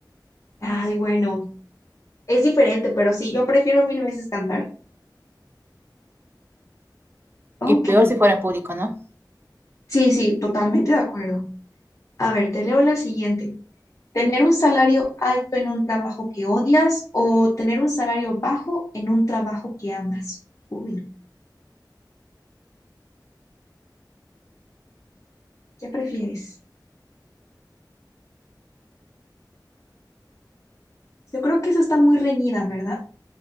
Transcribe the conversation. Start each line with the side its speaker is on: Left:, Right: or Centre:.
Left: Ay, bueno, es diferente, pero sí, yo prefiero mil veces cantar. Ok.
Right: Y peor si fuera en público, ¿no?
Left: Sí, sí, totalmente de acuerdo. A ver, te leo la siguiente. ¿Tener un salario alto en un trabajo que odias o tener un salario bajo en un trabajo que amas? Uy, ¿qué prefieres? Yo creo que eso está muy reñida, ¿verdad?